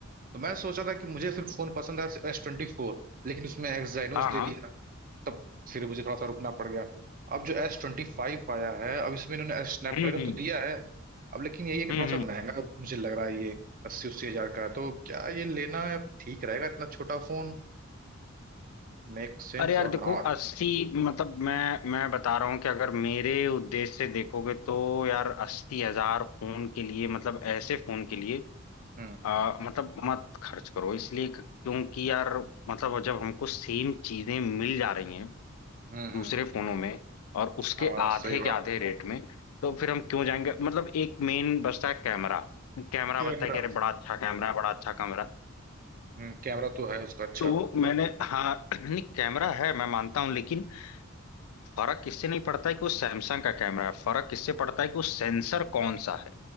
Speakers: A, on the right; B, on the left.
A: तो मैं सोचा था कि मुझे फिर फोन पसंद है एस ट्वेंटी फोर लेकिन उसमें एक्साइनोस
B: हाँ हाँ
A: दे दिया तब फिर मुझे थोड़ा सा रुकना पड़ गया अब जो एस ट्वेंटी फाइव आया है अब इसमें इन्होंने स्नैपड्रैगन
B: हम्म हम्म
A: तो दिया है अब लेकिन यही है कि
B: हम्म
A: थोड़ा सा
B: हम्म
A: महंगा मुझे लग रहा है ये अस्सी अस्सी हजार का है, तो क्या ये लेना ठीक रहेगा इतना छोटा फोन मेक सेंस
B: अरे यार
A: और
B: देखो
A: नॉट
B: अस्सी मतलब मैं मैं बता रहा हूँ कि अगर मेरे उद्देश्य से देखोगे तो यार अस्सी हजार फोन के लिए मतलब ऐसे फोन के लिए
A: हम्म
B: आ, मतलब मत खर्च करो इसलिए क- क्योंकि यार मतलब जब हमको सेम चीजें मिल जा रही हैं
A: हम्म
B: दूसरे
A: हम्म
B: फोनों में और उसके
A: हाँ
B: आधे
A: सही बात
B: के आधे रेट में तो फिर हम क्यों जाएंगे मतलब एक मेन बचता है कैमरा कैमरा
A: कैमरा
B: बचता है कि अरे बड़ा अच्छा कैमरा है बड़ा अच्छा कैमरा
A: हम्म कैमरा तो है उसका अच्छा
B: तो मैंने हाँ <clears throat> नहीं कैमरा है मैं मानता हूँ लेकिन फर्क किससे नहीं पड़ता है कि वो सैमसंग का कैमरा है फर्क किससे पड़ता है कि वो सेंसर कौन सा है